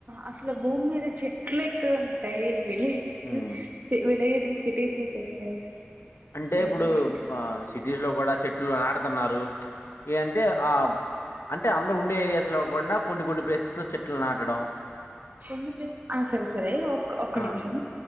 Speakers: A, on the right; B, on the left.
A: అసలు భూమి మీద చెట్లు ఎక్కడ ఉంటాయి విలేజ్
B: హ్మ్
A: విలేజ్స్ ని సి టీస్ చెసేస్తే
B: అంటే
A: అవన్ని
B: ఇప్పుడు ఆ సిటీస్ లో కూడా చెట్లు నాడుతున్నారు ఏ అంటే ఆ అంటే అందరు ఉండే ఏరియాస్లో కాకుండా కొన్ని కొన్ని ప్లేసెస్లో చెట్లు నాటడం
A: కొన్ని ప్లేస్ అ సరే సరే ఒ ఒక్క
B: ఆ!
A: నిమిషం